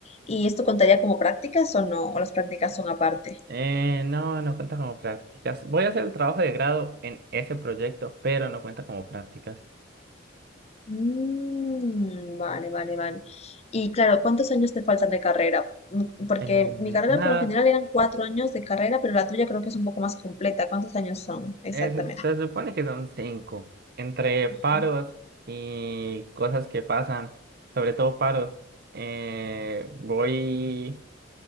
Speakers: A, on the left; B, on the right.
A: ¿Y esto contaría como prácticas o no? ¿O las prácticas son aparte?
B: Eh, no, no cuenta como prácticas. Voy a hacer el trabajo de grado en ese proyecto, pero no cuenta como prácticas.
A: Mm, vale, vale, vale. Y claro, ¿cuántos años te faltan de carrera? Mm, Porque
B: Eh,
A: mi carrera
B: nada.
A: por lo general eran cuatro años de carrera, pero la tuya creo que es un poco más completa. ¿Cuántos años son exactamente?
B: Eh, se, se supone que son cinco, entre paros
A: Ujú.
B: y cosas que pasan, sobre todo paros. eh, voy,